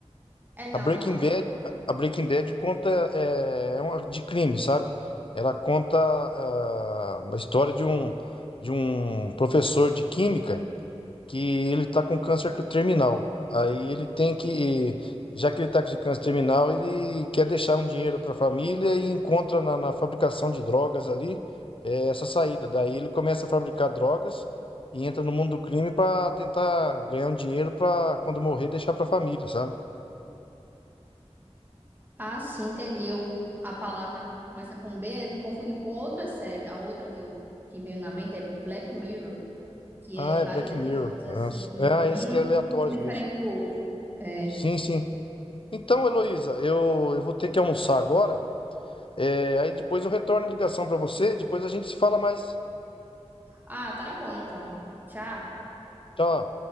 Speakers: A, on the right (about 15°); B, on the left (about 50°).
A: É não,
B: A Breaking
A: não.
B: Bad, a Breaking Bad conta é, é uma de crime, sabe? Ela conta ah, a história de um, de um professor de química. que ele tá com câncer terminal. Aí ele tem que, já que ele tá com câncer terminal, ele quer deixar um dinheiro para a família e encontra na, na fabricação de drogas ali eh, essa saída. Daí ele começa a fabricar drogas e entra no mundo do crime para tentar ganhar um dinheiro para quando morrer deixar para a família, sabe?
A: Ah, sim, entendi. Eu, a palavra começa com B, eu me confundi com outra série. A outra que, eu, que veio na mente é Black Mirror, que
B: Ah,
A: é vários
B: é Black
A: episódios
B: Mirror.
A: assim,
B: Nossa. É, ah,
A: um,
B: esse que é aleatórios
A: um diferente
B: mesmo.
A: do outro. É.
B: Sim, sim. Então, Heloísa, eu, eu vou ter que almoçar agora. Eh, aí depois eu retorno a ligação para você, depois a gente se fala mais.
A: Ah, tá bom então. Tchau.
B: Tchau.